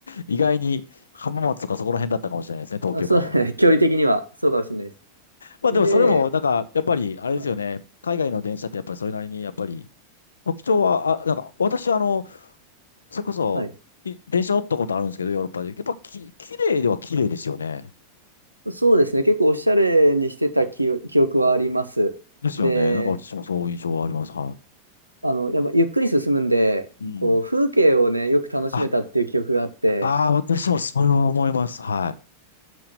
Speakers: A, on the left; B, on the right.
A: 意外に浜松とかそこら辺だったかもしれないですね。東京からは。
B: あそうだね。<laughs> 距離的にはそうかもしれないです。
A: まあ、
B: で、
A: でもそれも、なんか、やっぱり、あれですよね。
B: あ
A: 海外の電車ってやっぱりそれなりに、やっぱり、特徴は、あ、なんか、私、あの、それこそ、
B: はい。
A: い電車乗ったことあるんですけど、ヨーロッパで。やっぱき、綺麗では綺麗ですよね。
B: そうですね。結構おしゃれにしてた記、記憶はあります。
A: ですよね。
B: で、
A: なんか私もそういう印象はあります。は
B: あの、やっぱゆっくり進むんで、
A: い。うん。
B: こう、風景をね、よく楽しめたっていう記憶があって、
A: あ、ああ、私もそれは思います。はい。